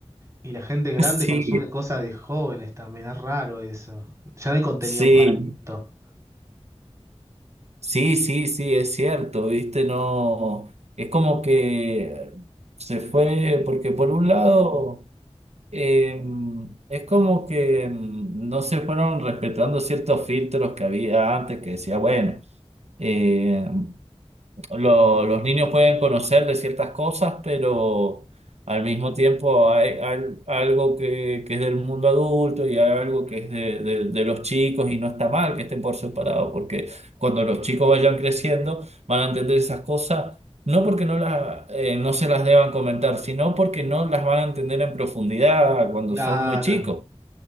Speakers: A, on the right (about 25°); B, on the right (about 75°).
A: Y la gente grande
B: <laughs> sí,
A: consume cosas de jóvenes también, es raro eso. Ya no hay contenido
B: sí.
A: para esto.
B: Sí, sí, sí, es cierto, viste, no, es como que se fue, porque por un lado, eh, es como que mm, no se fueron respetando ciertos filtros que había antes, que decía, bueno, eh, lo- los niños pueden conocer de ciertas cosas, pero al mismo tiempo hay, al- algo que, que es del mundo adulto y hay algo que es de, de- de los chicos y no está mal que estén por separado, porque cuando los chicos vayan creciendo van a entender esas cosas, no porque no, las, eh, no se las deban comentar, sino porque no las van a entender en profundidad cuando
A: Claro,
B: son muy chicos.